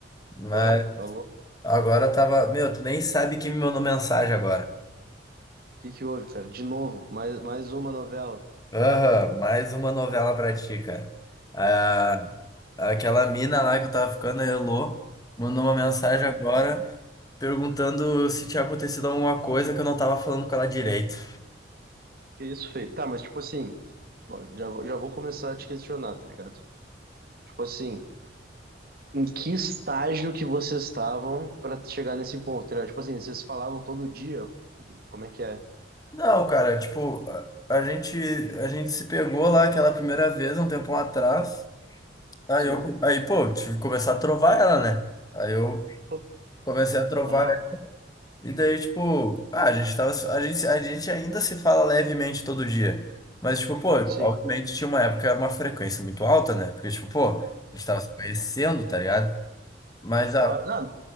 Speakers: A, on the left; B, on the right.
A: Mas
B: claro, tá louco.
A: agora tava. Meu, tu nem sabe quem me mandou mensagem agora.
B: O que que houve, cara? De novo, mais, mais uma novela.
A: Aham, mais uma novela pra ti, cara. Ah, aquela mina lá que eu tava ficando, a Elô, mandou uma mensagem
B: Tá,
A: agora perguntando se tinha acontecido alguma coisa que eu não tava falando com ela direito.
B: que isso, feio? Tá, mas tipo assim, ó, já, vou- já vou começar a te questionar, tá ligado? Tipo assim, em que estágio que vocês estavam pra chegar nesse ponto, tá ligado? Tipo assim, vocês falavam todo dia, como é que é?
A: Não, cara, tipo, a a gente, a gente se pegou lá aquela primeira vez, um tempão atrás. Aí
B: Sim.
A: eu, aí, pô, tive que começar a trovar ela, né? Aí eu
B: Pô,
A: comecei a trovar
B: normal?
A: ela. E daí, tipo, ah, a gente tava, a gente, a gente ainda se fala levemente todo dia. Mas, tipo, pô,
B: Sim.
A: obviamente tinha uma época que era uma frequência muito alta, né? Porque, tipo, pô, a gente tava se conhecendo, tá ligado? Mas
B: Claro.
A: a,
B: Não,